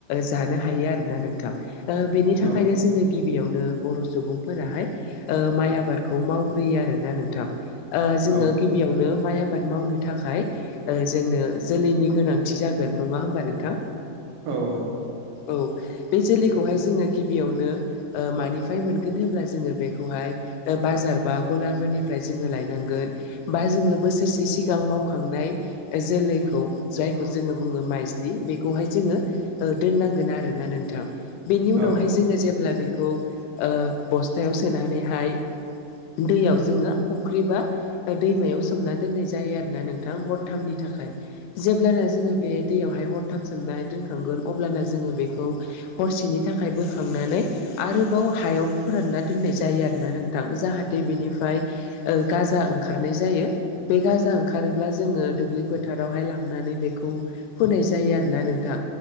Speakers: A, on the left; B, on the right.
A: जानो हायो आरोना नोंथां। ओ बेनि थाखायनो
B: औ
A: जोंङो गिबियावनो बर' सुबुंफोराहाय ओ माइ आबादखौ मावग्रोयो आरोना नोंथां। ओ जोंङो
B: औ
A: गिबियावनो माइ आबाद मावनो थाखाय ओ जोंनो जोलैनि गोनांथि जागोन नङा होमबा नोंथां
B: औ औ
A: औ बे जोलैखौहाय जोंङो गिबियावनो ओ मानिफ्राय मोनगोन होनब्ला जोंङो बेखौहाय ओ बाजार बा गलाफोरनिफ्राय जोंङो लायनांगोन बा जोंङो बोसोरसे सिगां मावखांनाय जोलैखौ जायखौ जोंङो बुङो माइज्लि बेखौहाय जोंङो ओ दोननांगोन आरोना नोंथां बेनि उनावहाय
B: औ
A: जोंङो जेब्ला बे खौ ओ बस्थायाव सोनानैहाय दैयाव जोंङो फुख्रिबा दैमायाव सोमना दोननाय जायो आरोना नोंथां हरथामनि थाखाय जेब्लाना जोंङो बे दैयावहाय हरथाम सोमनानै दोनखांगोन अब्लाना जोंङो बेखौ हरसेनि थाखाय बोखांनानै आरोबाव हायाव फोरानना दोननाय जायो आरोना नोंथां जाहाथे बेनिफ्राय गाजा ओंखारनाय जायो। बे गाजा ओंखारोब्ला जोंङो दुब्लि फोथारावहाय लांनानै बेखौ फोनाय जायो आरोना नोंथां